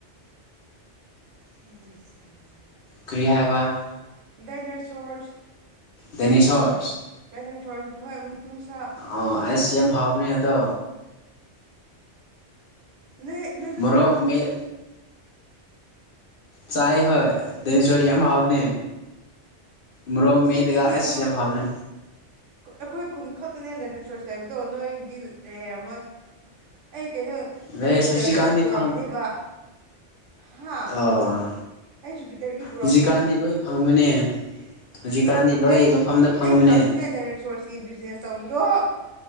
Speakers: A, on the right; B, on the left.
A: <unintelligible>
B: ꯀꯔꯤ ꯍꯥꯏꯕ
A: ꯗꯥꯏꯅꯣꯁꯣꯔꯁ꯫
B: ꯗꯥꯏꯅꯦꯁꯣꯔ
A: <unintelligible> ꯗꯥꯏꯅꯣꯁꯣꯔꯁ ꯍꯣꯏ ꯃꯅꯨꯡꯁꯥ꯫
B: ꯑꯣ ꯑꯩꯁ ꯌꯥꯝ ꯍꯥꯎꯕꯅꯦ ꯑꯗꯣ꯫
A: ꯅꯣꯏ ꯅꯣꯏꯁꯨ
B: ꯃꯣꯔꯣꯛ
A: ꯆꯥꯕ꯭ꯔꯥ
B: ꯃꯦꯠ ꯆꯥꯏ ꯍꯣꯏ꯫ ꯗꯥꯏꯅꯣꯁꯣꯔꯁ ꯌꯥꯝ ꯍꯥꯎꯕꯅꯦ ꯃꯣꯔꯣꯛ
A: ꯅꯆꯤꯟ
B: ꯃꯦꯠꯂꯒ
A: ꯊꯤꯒꯅꯨ
B: ꯑꯁ ꯌꯥꯝ ꯍꯕꯅꯦ꯫
A: ꯑꯩꯈꯣꯏ ꯈꯨꯟ ꯈꯛꯇꯅꯦ ꯗꯥꯏꯅꯣꯁꯣꯔꯁ ꯂꯩꯕꯗꯣ ꯅꯣꯏꯗꯤ ꯂꯩꯔꯝꯃꯣꯏ꯫ ꯑꯩ ꯀꯩꯅꯣ
B: ꯚꯦꯁ
A: ꯖꯨꯄꯤꯇꯔꯗꯒꯤ
B: ꯍꯧꯖꯤꯛꯀꯥꯟꯗꯤ
A: ꯄꯨꯔꯛꯄꯅꯦꯕ
B: ꯐꯪ
A: ꯍꯥ꯫
B: ꯑꯥ
A: ꯑꯩ ꯖꯨꯄꯤꯇꯔꯒꯤ ꯄꯨꯔꯛꯄꯅꯦ
B: ꯍꯧꯖꯤꯛꯀꯥꯟꯗꯤ ꯂꯣꯏ ꯐꯪꯕꯅꯦ
A: <unintelligible>
B: ꯍꯧꯖꯤꯛꯀꯥꯟꯗꯤ
A: ꯐꯪꯗꯦ
B: ꯂꯣꯏ ꯃꯐꯝꯗ
A: <unintelligible>
B: ꯐꯪꯕꯅꯦ
A: ꯑꯩ ꯉꯥꯛꯇꯅꯦ ꯗꯥꯏꯅꯣꯁꯣꯔꯁꯀꯤ ꯕꯤꯖꯤꯅꯦꯁ ꯇꯧꯕꯗꯣ꯫